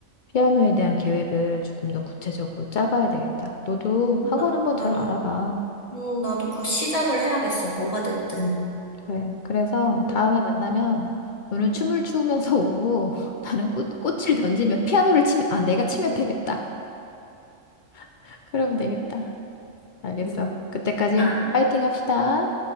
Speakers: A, on the left (about 70°); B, on the left (about 30°).
A: 피아노에 대한 계획을 조금 더 구체적으로 짜봐야 되겠다. 너도 학원
B: 나,
A: 한번
B: 나도,
A: 잘 알아봐.
B: 응, 나도 곧 시작을 해야겠어. 뭐가 됐든.
A: 그래. 그래서
B: 응,
A: 다음에 만나면 너는 춤을 추면서 <laughs> 오고 나는 꽃, 꽃을 던지면 피아노를 치면 아 내가 치면 되겠다. <laughs> 그러면 되겠다. 알겠어.
B: 응.
A: 그때까지
B: 알았어.
A: 파이팅 합시다.